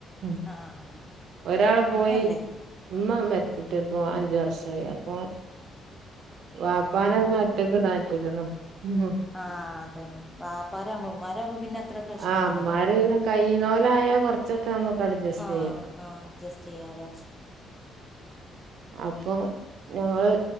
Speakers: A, on the right; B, in the centre.
A: മ്
B: ആഹ്
A: ഒരാള് പോയി
B: ഉമ്മല്ലേ
A: ഉമ്മാമ്മേ യിട്ട് പ്പോ അഞ്ചു വർഷം ആയി അപ്പോ വാപ്പാനെ
B: ആഹ്
A: പിന്നെ ഒറ്റക്ക്ടാൻ പറ്റൂലല്ലോ <unintelligible>
B: ആഹ് അതന്നെ വാപ്പാരാവുമ്പോ ഉമ്മാരാവുമ്പോ പിന്നെ അത്ര പ്രശ്നല്ല
A: അമ്മാര് പിന്നെ കയ്യിണോലായാ കൊറച്ചൊക്കെ നമ്മുക്ക് അഡ്ജസ്റ്റ്
B: ആഹ്
A: ചെയ്യാം
B: ആഹ് അഡ്ജസ്റ്റ് ചെയ്യാലോ
A: അപ്പൊ ഞങ്ങള്